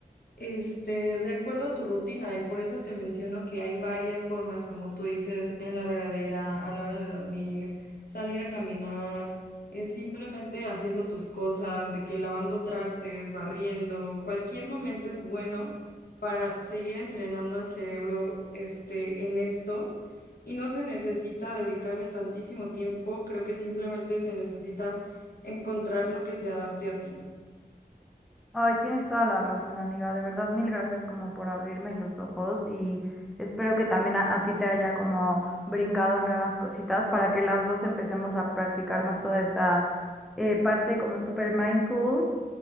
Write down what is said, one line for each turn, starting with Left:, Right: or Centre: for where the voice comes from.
Left: Este, de acuerdo a tu rutina, y por eso te menciono que hay varias formas, como tú dices, en la regadera, a la hora de dormir, salir a caminar, eh, simplemente haciendo tus cosas, de que lavando trastes, barriendo, cualquier momento es bueno para seguir entrenando al cerebro, este, en esto, y no se necesita dedicarle tantísimo tiempo, creo que simplemente se necesita encontrar lo que se adapte a ti.
Centre: Ay, tienes toda la razón, amiga. De verdad, mil gracias como por abrirme los ojos y espero que también a, a ti te haya como brincado nuevas cositas para que las dos empecemos a practicar más toda esta eh, parte como super mindful